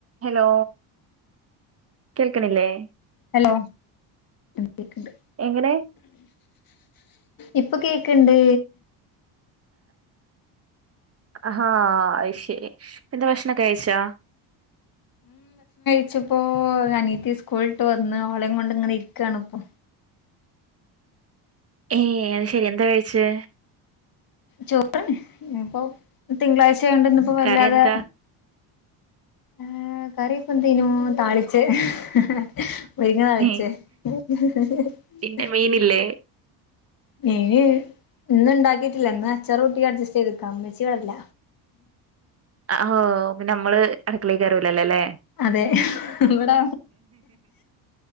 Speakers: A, on the right (about 30°); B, on the left (about 45°).
A: Hello, കേൾക്കണില്ലേ?
B: Hello കേക്ക്ണ്ട്.
A: എങ്ങനെ
B: ഇപ്പൊ കേക്ക്ണ്ട്.
A: ഹാ അയ്ശെരി. പിന്ത ഭക്ഷണൊക്കെ കഴിച്ചോ?
B: ച്ചപ്പോ അനീത്തി സ്കൂളിട്ട് വന്ന്, ഓളെം കൊണ്ട് ഇങ്ങനെ ഇരിക്കാണ് ഇപ്പൊ.
A: ഏ അത് ശരി എന്താ കഴിച്ചേ?
B: ചോറാന് ഇപ്പോ തിങ്കളാഴ്ച ആയോണ്ട് ഇന്ന്പ്പോ വല്ലാതെ
A: കറി എന്താ
B: എ കറിപ്പന്തേനും, താളിച്ചേ. <unintelligible> മുരിങ്ങ താളിച്ചേ
A: ഉം,
B: <unintelligible>
A: പിന്നെ മീനില്ലേ
B: മീന് ഇന്ന്ണ്ടാക്കിട്ടില്ല ഇന്ന് അച്ചാറൂട്ടി അഡ്ജസ്റ്റ് ചെയ്ത്ക്ക മ്മച്ചി ഇവടല്ല.
A: അ ഹോ, പിന്ന അമ്മള് അടുക്കളേ കേറൂലല്ലോലേ.
B: അതെ ഇവിടെ